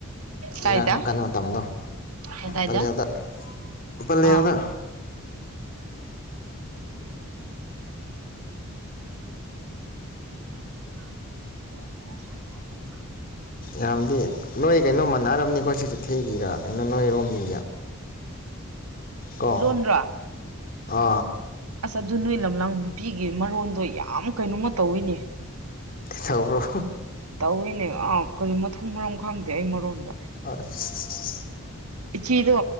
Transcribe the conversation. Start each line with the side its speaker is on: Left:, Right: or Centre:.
Right: ꯀꯥꯏꯗ
Left: ꯏꯔꯥꯡ ꯀꯟꯕ ꯃꯇꯝꯗꯣ
Right: ꯀꯗꯥꯏꯗ
Left: ꯄꯂꯦꯜꯗ ꯄꯂꯦꯜꯗ
Right: ꯑꯥ ꯉꯃ
Left: ꯌꯥꯝꯗꯤ ꯅꯣꯏ ꯀꯩꯅꯣ ꯃꯥꯟꯅꯔꯕꯅꯤꯀꯣ ꯁꯤꯁꯨ ꯊꯦꯒꯤꯔ ꯑꯩꯅꯣ ꯅꯣꯏꯔꯣꯝꯕꯤ ꯀꯣ
Right: ꯂꯣꯟꯔꯣ
Left: ꯑ
Right: ꯑꯁ ꯑꯗꯨ ꯅꯣꯏ ꯂꯝꯂꯥꯡ ꯕꯨꯄꯤꯒꯤ ꯃꯔꯣꯟꯗꯣ ꯌꯥꯝ ꯀꯩꯅꯣꯃ ꯇꯧꯋꯤꯅꯦ
Left: ꯊꯧꯔꯣ
Right: ꯇꯧꯏꯤꯅꯦ ꯑꯥ ꯀꯔꯤ ꯃꯊꯣꯡ ꯃꯔꯝ ꯈꯪꯗꯦ ꯑꯩ ꯃꯔꯣꯟꯒ
Left: ꯑꯁ
Right: ꯑ ꯆꯤꯗꯣ